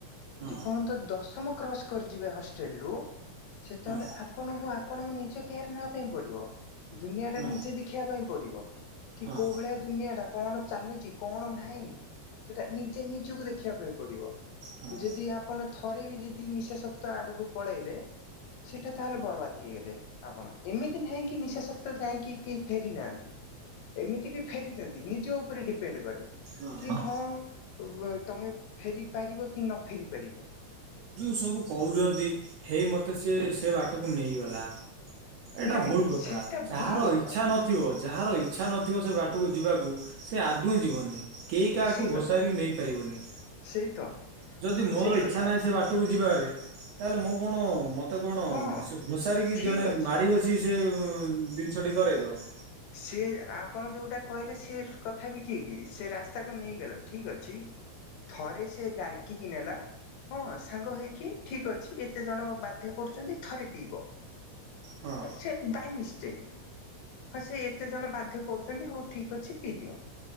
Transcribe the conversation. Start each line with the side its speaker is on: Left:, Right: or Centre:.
Right: ହଁ
Left: ଯେପର୍ଯ୍ୟନ୍ତ ଦଶମ କ୍ରସ କରିଯିବେ ହଷ୍ଟେଲ ରୁ ସେତେବେଳେ
Right: ହଁ
Left: ଆପଣଙ୍କୁ ଆପଣଙ୍କୁ ନିଜ କେୟାର ନେବା ପାଇଁ ପଡିବ। ଦୁନିଆ ଟା
Right: ହଁ
Left: ନିଜେ ଦେଖିବା ପାଇଁ ପଡିବ। କି
Right: ହଁ
Left: କୋଉ ଭଳିଆ ଦୁନିଆ ଟା କଣ ଚାଲୁଛି କଣ ନାହିଁ ସେଟା ନିଜେ ନିଜକୁ ଦେଖିବା ପାଇଁ ପଡିବ।
Right: ହଁ
Left: ଯଦି ଆପଣ ଥରେ ବି ଯଦି ନିଶାଶକ୍ତ ଆଡକୁ ପଳେଇଲେ ସେଇଟା ତାହେଲେ ବର୍ବାଦ ହେଇଗଲେ। ଆପଣ ଏମିତି ନାହିଁ କି ନିଶା ସକ୍ତ ଯାଇଁକି କେହି ଫେରି ନାହାନ୍ତି। ଏମିତି ବି ଫେରିଛନ୍ତି ନିଜ ଉପରେ ଡିପେଣ୍ଡ କରେ।
Right: ହଁ
Left: କି ହଁ ତମେ ଫେରି ପାରିବ କି ନ ଫେରି ପାରିବ।
Right: ଯୋଉ ସବୁ କହୁଛନ୍ତି ହେଇ ମତେ ସେ ସେ ବାଟକୁ ନେଇଗଲା। ଏଇଟା
Left: ନାଇଁ
Right: ଭୁଲ କଥା।
Left: ସେଟା
Right: ଯାହାର
Left: ଭୁଲ କଥା
Right: ଇଚ୍ଛା ନ ଥିବ ଯାହାର ଇଚ୍ଛା ନଥିବ ସେ ବାଟକୁ ଯିବାକୁ ସେ ଆଦୌ ଯିବନି। କେହି କାହାକୁ
Left: ସେଇ
Right: ଘୋଷାରିକି
Left: କଥା
Right: ନେଇ ପାରିବନି।
Left: ସେଇ ତ
Right: ଯଦି ମୋର
Left: ସେଇ କଥା
Right: ଇଛା ନାହିଁ ସେ ବାଟ ଟକୁ ଯିବାରେ ତାହେଲେ ମୁଁ କଣ ମ ମତେ କଣ
Left: ହଁ
Right: ସେ ଘୋସାରିକି
Left: ଠିକ୍
Right: ଜଣେ
Left: ଅଛି
Right: ମାଡି ବସିକି ସେ ଜିନିଷଟି କରେଇଦବ।
Left: ସିଏ ଆପଣ ଯେଉଁଟା କହିଲେ ସେ କଥା ବି ଠିକ୍ ସେ ରାସ୍ତାକୁ ନେଇଗଲା ଠିକ୍ ଅଛି। ଥରେ ସେ ଡାକିକି ନେଲା ହଁ ସାଙ୍ଗ ହେଇକି ଠିକ ଅଛି। ଏତେ ଜଣ ବାଧ୍ୟ କରୁଛନ୍ତି ଥରେ ପିଇବ।
Right: ହଁ
Left: ସେ ବାଇ ମିଷ୍ଟକେ। ହଁ ସେ କେତେ ଜଣ ବାଧ୍ୟ କରୁଛନ୍ତି ହଉ ଠିକ୍ ଅଛି ପିଇଦିଅ।